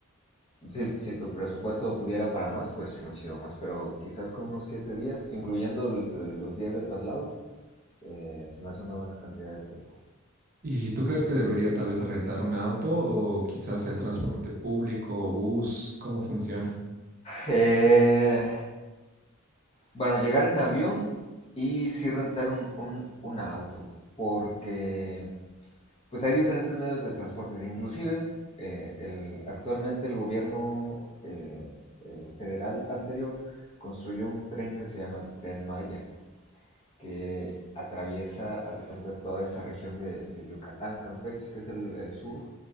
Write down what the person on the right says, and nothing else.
¿Y tú crees que debería tal vez rentar un auto o quizás el transporte público o bus? ¿Cómo funciona?